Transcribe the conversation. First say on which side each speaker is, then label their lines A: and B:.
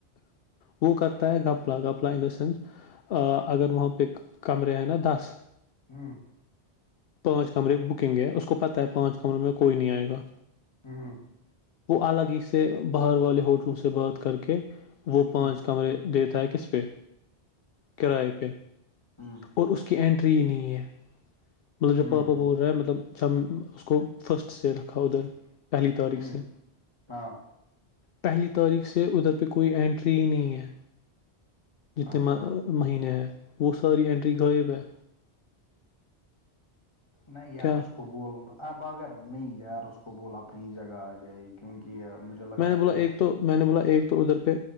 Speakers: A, on the left; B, on the left.
A: وہ کرتا ہے گپلہ گپلہ ان دا سینس اگر وہاں پہ کمرے ہیں نا دس
B: ہ
A: پانچ کمرے بکنگ ہے اس کو پتہ ہے پانچ کمرے میں کوئی نہیں آئے گا
B: ہ
A: وہ الگ ہی سے باہر والے ہوٹلوں سے بات کر کے وہ پانچ
B: ہ
A: کمرے دیتا ہے کس پہ کراائے پہ
B: ہ
A: اور اس کی اٹری ہی نہیں ہے مطلب جب
B: ہ
A: پاپا
B: ہ
A: بول رہے ہیں مطلب جب اس کو فرسٹ سے رکھا ادھر پہلی تاریخ
B: ہ
A: سے
B: ہاں
A: پہلی تاریخ سے ادھر پہ کوئی اینٹری ہی نہیں ہے جتنے
B: اچھا
A: مہینے ہیں وہ ساری انٹری غائب ہے
B: نہیں یار
A: کیا
B: اس کو بول اب اگر نہیں یار اس کو بول اپنی ہی جگہ آ جائے گی کیونکہ مجھے لگا
A: میں نے بولا
B: اگر
A: ایک تو میں نے بولا تو ادھر پہ